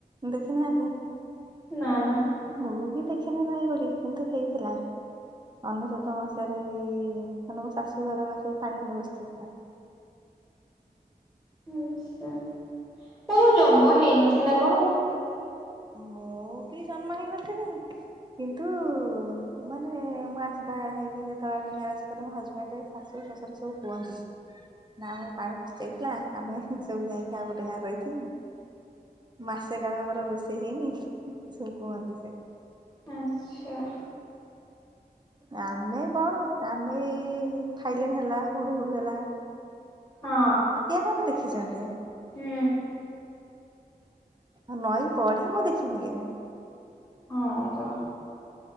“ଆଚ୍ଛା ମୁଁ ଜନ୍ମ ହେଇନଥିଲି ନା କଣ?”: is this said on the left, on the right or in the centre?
Centre